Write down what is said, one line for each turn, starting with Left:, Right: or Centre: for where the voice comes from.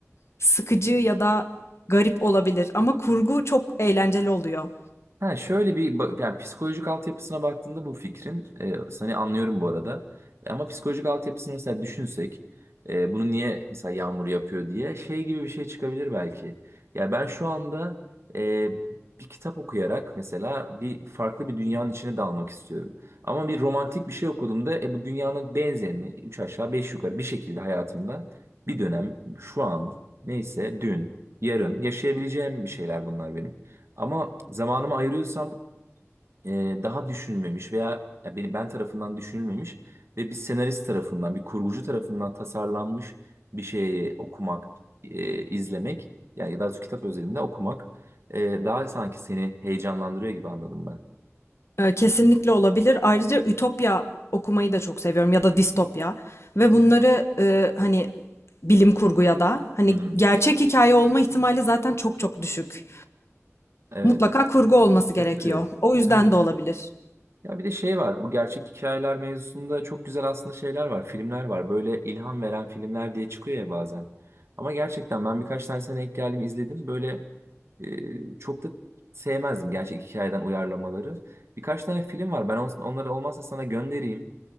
Left: sıkıcı ya da garip olabilir ama kurgu çok eğlenceli oluyor.
Right: Ha şöyle bir ba- yani psikolojik altyapısına baktığında bu fikrin e, seni anlıyorum bu arada. Ama psikolojik altyapısını mesela düşünsek e, bunu niye mesela yağmur yapıyor diye şey gibi bir şey çıkabilir belki. Ya ben şu anda e, bir kitap okuyarak mesela bir farklı bir dünyanın içine dalmak istiyorum. Ama bir romantik bir şey okuduğumda e, bu dünyanın benzerini üç aşağı beş yukarı bir şekilde hayatımda bir dönem şu an neyse dün yarın yaşayabileceğim bir şeyler bunlar benim. Ama zamanımı ayırıyorsam e, daha düşünülmemiş veya ya beni ben tarafından düşünülmemiş ve bir senarist tarafından, bir kurgucu tarafından tasarlanmış bir şeyi okumak, e, izlemek yani ya daha doğrusu kitap özelinde okumak e, daha sanki seni heyecanlandırıyor gibi anladım ben.
Left: Ee, Kesinlikle olabilir. Ayrıca ütopya okumayı da çok seviyorum ya da distopya ve bunları e, hani bilim kurgu ya da hani
Right: Hı hı.
Left: gerçek hikaye olma ihtimali zaten çok çok düşük.
Right: Evet.
Left: Mutlaka kurgu olması gerekiyor.
Right: E tabii.
Left: O yüzden
Right: Tabii.
Left: de olabilir.
Right: Ya bir de şey var. Bu gerçek hikayeler mevzusunda çok güzel aslında şeyler var. Filmler var. Böyle ilham veren filmler diye çıkıyor ya bazen. Ama gerçekten ben birkaç tanesine denk geldim, izledim. Böyle e, çok da sevmezdim gerçek hikayeden uyarlamaları. Birkaç tane film var. Ben on- onları olmazsa sana göndereyim.